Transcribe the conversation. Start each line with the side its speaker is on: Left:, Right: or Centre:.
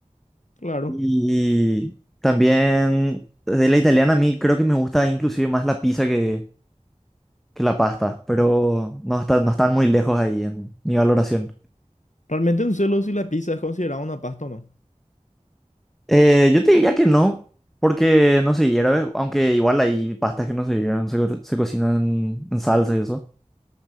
Left: Claro.
Centre: Y también de la italiana a mí creo que me gusta inclusive más la pizza que, que la pasta, pero no, está- no están muy lejos ahí en mi valoración.
Left: Realmente un celo si la pizza es considerada una pasta o no.
Centre: Eh, yo te diría que no, porque no se hierve, aunque igual hay pastas que no se hierven, se, co- se cocinan en, en salsa y eso,